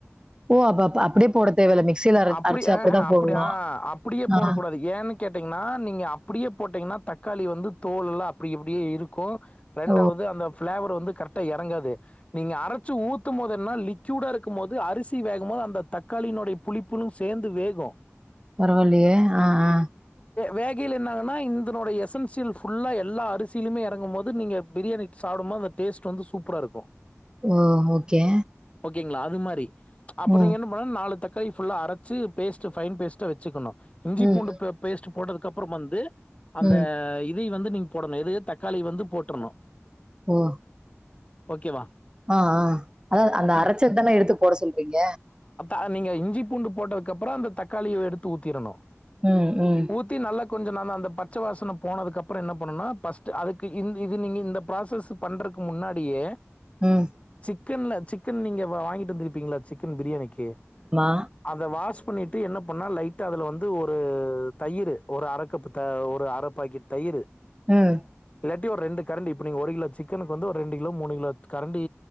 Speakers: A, on the right (about 20°); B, on the left (about 25°).
A: ஓ அப்ப-அப்-அப்படியே போட தேவேல. மிக்சியில அ
B: அப்படி
A: அரைச்சு அப்படித்தான்
B: ஆஹ அப்படி
A: போடணும்
B: ஆ அப்படியே போடக்கூடாது.
A: ஆஹ்.
B: ஏன்னு கேட்டீங்கன்னா நீங்க அப்படியே போட்டீங்கன்னா தக்காளி வந்து தோல்லாம் அப்படி இப்டியே இருக்கும் ரெண்டாவது
A: ஓ!
B: அந்த ஃபிளேவர் வந்து கரெக்டா எறங்காது. நீங்க அரச்சு ஊத்தும் போது என்னா லிக்யூடா இருக்கும்போது அரிசி வேகுமோது அந்த தக்காளினுடைய புளிப்பும் சேர்ந்து வேகும்
A: பரவால்லயே ஆ ஆ
B: வேகில என்னாங்கன்னா இந்தனோடைய எசென்சியல் ஃபுல்லா எல்லா அரிசியிலுமே எறங்கும் போது நீங்க பிரியாணி சாப்டும்மோது அந்த டேஸ்ட் வந்து சூப்பரா இருக்கும்
A: ஓ ஓகே
B: ஓகேங்களா அது மாரி அப்ப
A: ம்.
B: நீங்க என்ன பண்ண நாலு தக் கை ஃபுல்லா அரச்சி பேஸ்ட்டு ஃபைன் பேஸ்ட்டா வெச்சுக்குணு இஞ்சி
A: ம்,
B: பூண்டு ப பேஸ்ட் போட்டதுக்கு அப் அப்பறம் வந்து அந்த
A: ம்.
B: இதயு வந்து நீங்க போடணு எது தக்காளிய வந்து போட்றணு
A: ஓ
B: ஓகேவா
A: ஆ ஆ அதா அந்த அரச்சத் தான எடுத்து போட சொல்றீங்க
B: ஆ நீங்க இஞ்சி பூண்டு போட்டதுக்கு அப்பறம் அந்த தக்காளிய எடுத்து ஊத்திரணு
A: ம் ம்
B: ஊத்தி நல்லா கொஞ்சோ நல்லா அந்த பச்ச வாசன போனதுக்கு அப்பறம் என்ன பண்ணுனா ஃபஸ்ட் அதுக் இது நீங்க இந்த ப்ராசஸ் பண்றக் முன்னாடியே
A: ம்
B: க்கன்ல சிக்கன் நீங்க வ வாங்கிட்டு வந்துருப்பீங்கல்ல சிக்கன் பிரியாணிக்கி
A: ஆமா.
B: அத வாச குக் பண்ணிட்டு என்ன பண்ணால் லைட்டா அதில் வந்து ஒரு தயிரு ஒரு அரைக்கப்பு த ஒரு அரை பாக்கெட் தயிரு
A: ஆஹ
B: அப்டியே ஒரு ரெண்டு கரண்டி அப்டி நீங்க ஒரு கிலோ சிக்கனுக்கு வந்து ஒரு ரெண்டு கிலோ மூணு கிலோ கரண்டி